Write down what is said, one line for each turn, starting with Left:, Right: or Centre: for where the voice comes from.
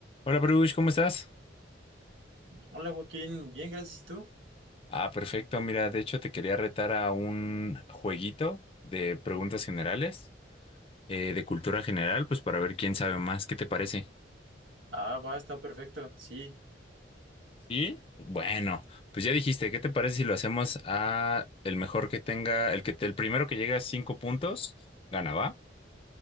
Left: Hola, Bruce, ¿cómo estás?
Right: Hola Joaquín, bien, gracias. ¿Y tú?
Left: Ah, perfecto. Mira, de hecho te quería retar a un jueguito de preguntas generales, eh, de cultura general, pues para ver quién sabe más. ¿Qué te parece?
Right: Ah, va, está perfecto. Sí,
Left: Sí. Bueno, pues ya dijiste, ¿qué te parece si lo hacemos a el mejor que tenga, el que te- el primero que llegue a cinco puntos, gana, ¿va?